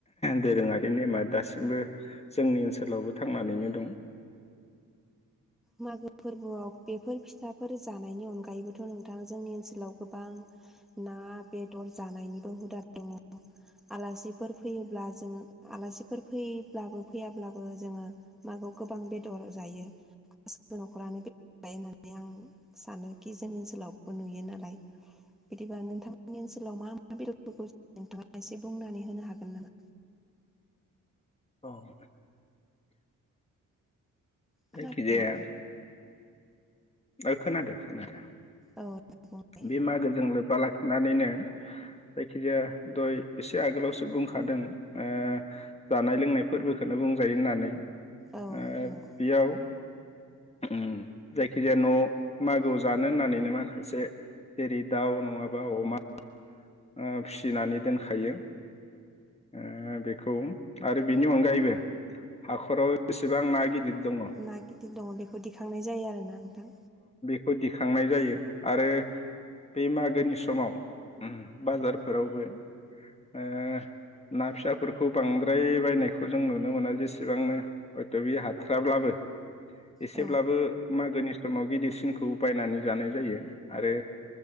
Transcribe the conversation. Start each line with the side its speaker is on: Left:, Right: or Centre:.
Left: दोरोंङारि नेमा दासिमबो जोंनि ओनसोलाव थांनानैनो दं।
Centre: मागो फोरबोआव बेफोर फिथाफोर जानायनि अनगायैबोथ' नोंथां जोंनि ओनसोलाव गोबां ना बेदर जानायनिबो हुदा दंङ। आलासिफोर फैयोब्ला जोंङो आलासिफोर फैब्लाबो फैयाब्लाबो जोंङो मागो गोबां बेदर जायो। गासिबो न'खरानो बेदर जायो होननानै आं सानोखि जोंनि ओनसोलावबो नुयो नालाय बिदिबा नोंथांनि ओनसोलाव मा मा बेदरफोरखौ नोंथाङा एसे बुंनानै होनो हागोन नामा?
Left: अह
Centre: खोनादोंना?
Left: जायखि जाया ओ खोनादो खोनादो।
Centre: औ बुंनाय
Left: बे मागोजों लोब्बा लाख नानैनो जायखिजाया दय एसे आगोलावसो बुंखादों ओ जानाय लोंनाय फोर्बोखोनो बुंजायो होननानै।
Centre: औ
Left: ओ
Centre: नंगौ
Left: बेयाव ओम जायखिजाया न' मागोआव जानो होननानैनो माखासे जेरै दाउ नङाबा अमा। ओ फिनानै दोनखायो ओ बेखौ आरो बेनि अनगायैबो हाखराव जेसेबां ना गिदिर दङ
Centre: ना गिदिर दङ बेखौ दिखांनाय जायो आरोना नोंथां।
Left: बो दिखांनाय जायो आरो बे मागोनि समाव उम बाजारफोरावबो ओ ना फिसाफोरखौ बांद्राय बायनायखौ जों नुनो मोना जेसेबांनो हयथ' बि हाथाराब्लाबो एसेब्लाबो
Centre: औ
Left: मागोनि समाव गिदिरसिनखौ बायनानै जानाय जायो आरो